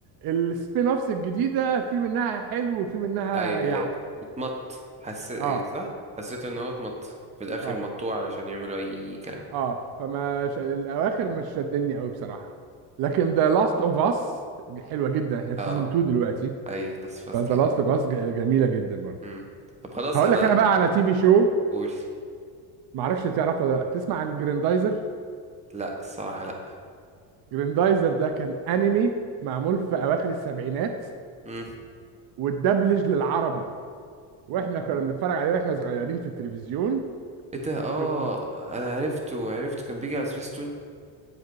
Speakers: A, on the right; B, on the right.
A: السبين اوفس الجديده في منها حلو وفي منها
B: ايوه
A: يع
B: ايوه اتمط حسيت
A: اه
B: صح حسيت ان هو اتمط في الاخر
A: اه
B: مطوه علشان يعملوا اي كلام
A: اه فما ش... الاواخر مش شدني قوي بصراحه لكن ذا لاست اوف اس حلوه جدا احنا في
B: اه
A: سيزون 2 دلوقتي
B: اي لاس
A: فذا
B: جيم
A: لاست اوف اس جميله جدا برضه
B: امم طب خلاص
A: هقول
B: انا
A: لك انا بقى على تي في شو
B: قول
A: ما اعرفش تعرف ولا لا تسمع عن جريندايزر
B: لا الصراحه لا
A: جريندايزر ده كان انمي معمول في اواخر السبعينات
B: امم
A: واتدبلج للعربي واحنا
B: أوه.
A: كنا بنتفرج عليه واحنا صغيرين في التلفزيون
B: ايه ده اه
A: كان-
B: انا عرفته عرفته كان بيجي على سبيستون